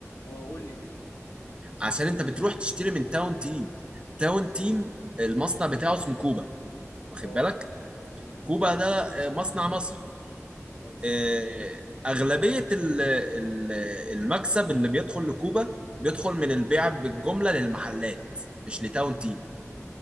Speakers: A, on the left (about 65°); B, on the right (about 20°).
A: اه قول لي ليه
B: عشان انت بتروح تشتري من تاون تيم تاون تيم المصنع بتاعه اسمه كوبا واخد
A: اه
B: بالك
A: امم
B: كوبا ده آه، مصنع مصري
A: كويس
B: آه، اغلبيه ال- ال- المكسب اللي بيدخل لكوبا بيدخل من البيع بالجمله للمحلات مش لتاون تيم